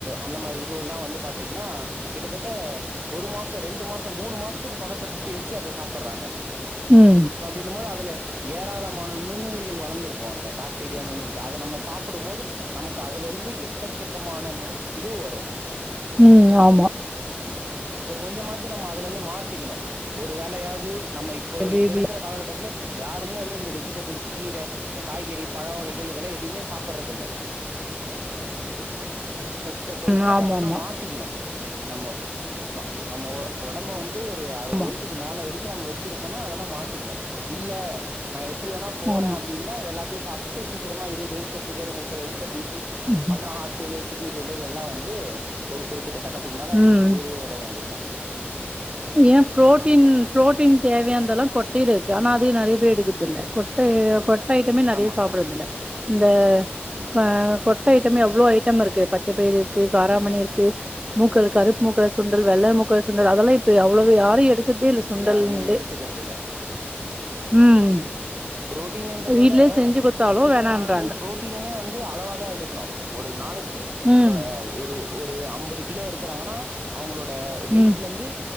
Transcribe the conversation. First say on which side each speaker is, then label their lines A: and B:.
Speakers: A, on the right (about 55°); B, on the right (about 20°).
A: அந்த மாரி இது எல்லா வந்து பாத் தீங்கன்னா கிட்டதட்ட ஒரு மாசோ ரெண்டு மாசோ மூணு மாசத்துக்கு பதப்பதத்தி வெச்சு அத சாப்புட்றாங்க
B: ம்
A: சோ அப்பிடின்னும் போது அதுல ஏராளமான நுண்ணுயிரிகள் வளர்ந்திருக்கும் அதுல பாக்டீரியா நுண்ணுயிரிகள் அத நம்ம சாப்பிடும் போது நமக்கு அதுல இருந்து எக்கச்சக்கமான இது வரும்
B: உம் ஆமா
A: சோ கொஞ்சமாச்சு நம்ம இருந்து மாத்திக்கணும் ஒரு வேலையாவது நம்ம இப்ப
B: பேபி
A: இப்ப இருக்கிற காலகட்டத்தில் யாருமே வந்து இந்த வெஜிடபிள்ஸ் கீரை இந்த காய்கறி பழ வகைகள் இதெல்லாம் எதுவுமே சாப்படுறது இல்ல சோ கொஞ்சமாச்சி
B: ம் ஆமாமா.
A: அதெல்லாம் மாத்திக்கணும் நம்ம நம்ம ஒடம்ப வந்து ஒரு அறுபது
B: ஆமா,
A: வயசுக்கு மேல வரைக்கு நம்ம வெச்சிருக்கோம்னா அதெல்லாம் மாத்திக்கணும் இல்ல நான் எப்படி வேணா போறேன்
B: ஆமா.
A: அப்படின்னா எல்லாத்தையும் சாப்ட்டு சி சிக்கிரமா இருபது வயசுல சுகர் முப்பது வயசுல பிபி
B: ம்,
A: அப்புறம் ஹார்ட் ஃபய்லர் கிட்னி ஃபெயிலியர் எல்லாம் வந்து ஒரு குறிப்பிட்ட கண்ட
B: ம்.
A: உயிரிய விட வேண்ட
B: ஏன் புரோட்டீன் புரோட்டீன் தேவயாந்தெல்லாம் கொட்டு திரு ஆனா அதையும் நறைய பேர் எடுக்குறதுல்ல கொட்ட ஐட்டமே நறைய
A: ஆமா
B: சாப்பிடுறதுல இந்த
A: ஆமா
B: க கொட் கொட்ட ஐட்டமே எவ்ளோ ஐட்டம் இருக்கு பச்ச பயர் இருக்கு காராமணி
A: ஆமா
B: இருக்கு மூக்கு <unintelligible> கருப்பு <unintelligible> சு ண்டல் வெள்ள முக்க சுண்டல் அதெல்லா இப்ப எவ்வளவு யாரு எடுத்துக்குறதே இல் சுண்டல்ங்களே
A: யாருமே எடுத்துக்கறது இல்ல
B: ம்
A: புரோட்டீன்றத
B: வீட்லயே
A: விட
B: செஞ்சு குடுத்தாலும்
A: இப்ப இருக்கற
B: வேணான்றாங்க.
A: காலகட்டத்து புரோட்டீனுுமே வந்து அளவா தா எடுக்கணு ஒரு நாளைக்
B: ம்,
A: <unintelligible> ஒரு ஒரு அம்பது கிலோ இருக்குறாங்னா அவங்களோட ட வெயிட்லந்து
B: ம்,